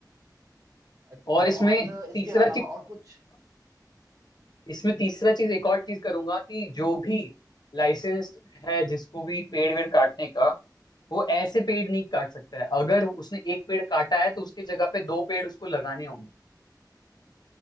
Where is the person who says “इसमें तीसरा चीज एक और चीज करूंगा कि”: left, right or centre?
Left